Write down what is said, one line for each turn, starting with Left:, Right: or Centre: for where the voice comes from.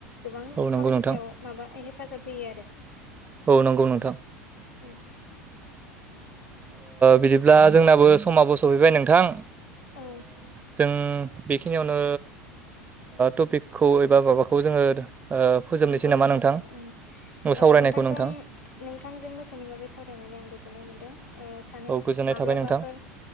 Left: गोबां
Right: औ नंगौ
Left: खामानिफोराव
Right: नोंथां
Left: माबा हेफाजाब होयो आरो।
Right: औ नंगौ नोंथां।
Left: उम
Right: बिदिब्ला जोंनाबो समाबो सफैबाय नोंथां
Left: औ
Right: जों बेखिनियावनो टपिकखौ एबा माबाखौ जोङो फोजोबनोसै
Left: सावरायनायखौ
Right: नामा नोंथां
Left: उम
Right: सावरायनायखौ
Left: नोंथांजों
Right: नोंथां
Left: नोंथांजों मोसौनि बागै सावरायनानै आं गोजोननाय मोन्दों सानो
Right: औ गोजोननाय
Left: माब्लाबाफोर
Right: थाबाय नोंथां